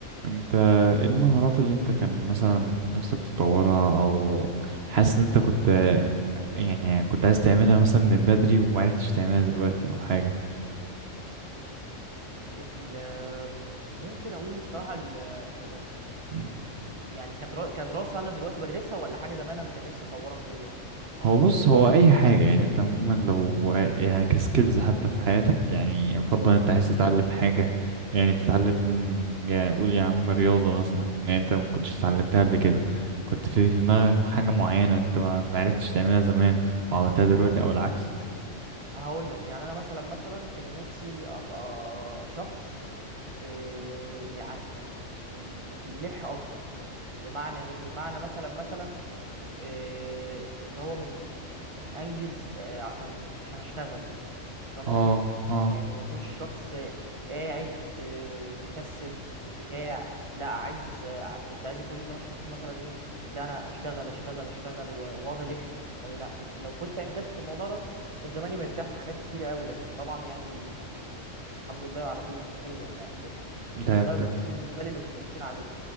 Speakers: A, on the right; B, on the right.
A: انت ايه المهارات اللي انت كان مثلا نفسك تطورها او حاسس ان انت كنت يعني كنت عايز تعملها مثلا من بدري ومعرفتش تعملها دلوقتي او حاجة
B: ال- ممكن اقول الصراحه ال- اسمه ده
A: مم.
B: يعني كدرا... كدراسه انا دلوقتي بدرسها ولا حاجه زمان انا كان نفسي اطورها فيا
A: هو بص هو اي حاجة يعني انت عموما لو يعني كسكيلز حتى في حياتك يعني يفضل انت عايز تتعلم حاجة يعني تتعلم يعني قول يا عم رياضة مثلا يعني انت ما كنتش اتعلمتها قبل كده كنت في في دماغك حاجة معينة انت ما معرفتش تعملها زمان وعملتها دلوقتي او العكس
B: هقول لك يعني انا مثلا مثلا كان نفسي ابقى شخص آه، يعني بي- بيلح اكتر بمعنى ايه بمعنى مثلا مثلا آه، اللي هو من انجز آه، عشان عشان اشتغل فاهم
A: اه
B: قصدي
A: اه
B: يعني ما اكونش شخص قاعد آه، مكسل بتاع لا عايز آه، ع- كنت عايز اكون ان انا الشخص مثلا ايه لا انا اشتغل اشتغل اشتغل و- واقعد الح لو لا كنت لو كنت انجزت في الموضوع ده كنت زماني مرتاح في حاجات كتيره قوي لكن طبعا يعني ال- الحمد لله على كل شيء يعني فاهم
A: ده انت
B: ده بالنسبه لي اللي كنت ممكن اعمله